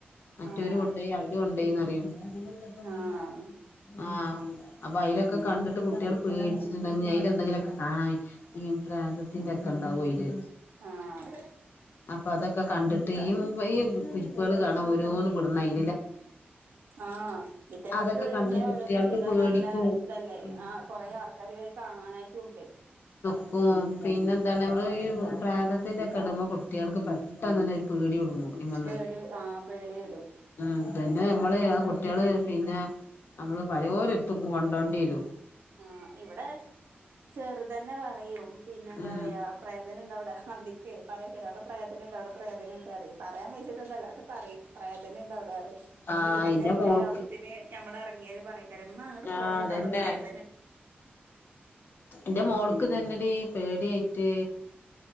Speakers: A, on the left; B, on the right.
A: മറ്റോര്
B: ആഹ്
A: കൊണ്ടോയി അവര് കൊണ്ടോയിന്നറിയും <inaudible>
B: ആഹ്
A: ആഹ് അപ്പ അയിലൊക്കെ കണ്ടിട്ട് കുട്ടിള് പേടിച്ചിട്ട് ഇണ്ടെങ്കിൽ അയില് എന്തെങ്കിലൊക്കെ കാണാന് ഈ പ്രേതത്തിന്റെക്കെ ഇണ്ടാവു അയില്
B: ആഹ്
A: അപ്പ അതൊക്കെ കണ്ടിട്ട് ഈ <unintelligible> കുരുപ്പ്ള് കാണ ഓരോന്ന് വിടണ് അയി
B: ആഹ് അയിറ്റങ്ങക്ക്
A: അതൊക്കെ കണ്ടിട്ട്
B: ഇങ്ങനെ ഓരോന്ന്
A: കുട്ടികൾക്ക്
B: ചെയ്താ
A: പേടിക്കും
B: നല്ല ഇതല്ലേ
A: ഉം
B: ആഹ് കൊറെ ആൾക്കാര് അത് കാണാനായിട്ടും ഒണ്ടേ
A: ക്കും പിന്നെ എന്താണ് നമ്മള് ഈഹ് പ്രേതത്തിന്റെ ക്കെ ഇടുമ്പോ കുട്ടികൾക്ക് പെട്ടെന്ന് തന്നെ ഒരു പേടി <unintelligible> ഇങ്ങന്ന്
B: പേടി ആഹ് പേടി വരും
A: ആഹ് പിന്നെ നമ്മള് ആ കുട്ടികള് പിന്നെ നമ്മള് പാലൊരാത്തും കൊണ്ടോണ്ടിവരും.
B: ആഹ് ഇവടെ ചെറുതന്നെ പറയും പിന്നെ എന്താ
A: ഉം
B: പറയാ പ്രേതനുണ്ട് അവടെ അന്തിക്കെ പറേ <unintelligible> പ്രേതന്ണ്ട് അവടെ പ്രേതന്ണ്ട് റയും പറയാ വേയ്ച്ചിട്ട് ഒന്നുല്ല അങ്ങട് പറയും പ്രേതന്ണ്ട് അവടെറയ്
A: ആഹ്
B: മുറ്റത്തക്കെ
A: ഇന്റെ
B: എന്താലും
A: മോൾക്ക്
B: ആവശ്യത്തിന് ഞമ്മള് എറങ്ങിയാല് പറയകാര് ഉമ്മ അങ്ങോട്ട്
A: ആഹ്
B: പോണ്ടട്ടാ
A: അതന്നെ
B: അവിടെ പ്രേത
A: എന്റെ മോൾക്ക് തന്നെടി പേടിയായിട്ട്